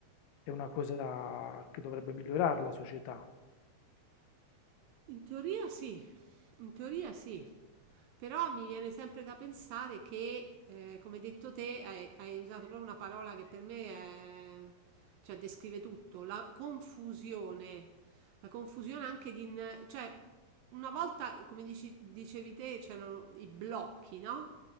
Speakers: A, on the left; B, on the right.
A: è una cosa che dovrebbe migliorare la società.
B: In teoria sì, in teoria sì, però mi viene sempre da pensare che, eh, come hai detto te, hai, hai usato proprio una parola che per me è, cioè, descrive tutto, la confusione, la confusione anche di, in- cioè, una volta, come dici- dicevi te, c'erano i blocchi, no?